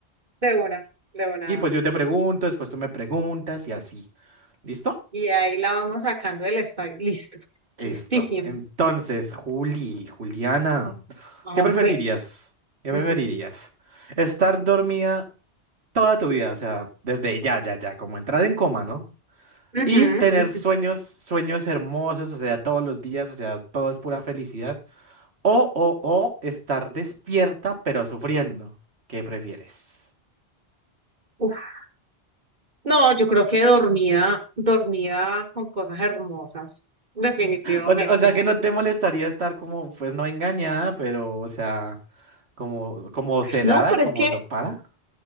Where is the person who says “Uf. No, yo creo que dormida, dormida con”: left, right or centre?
Right